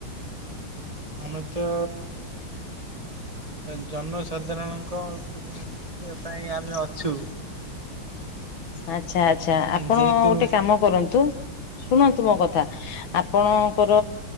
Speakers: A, on the right; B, on the left.
A: ଆମେ ତ ଜନସାଧାରଣଙ୍କ ସୁରକ୍ଷା ପାଇଁ ଆମେ ଅଛୁ।
B: ଆଚ୍ଛା ଆଚ୍ଛା, ଆପଣ
A: ଯେହେତୁ
B: ଗୋଟେ କାମ କରନ୍ତୁ ଶୁଣନ୍ତୁ ମୋ କଥା। ଆପଣଙ୍କର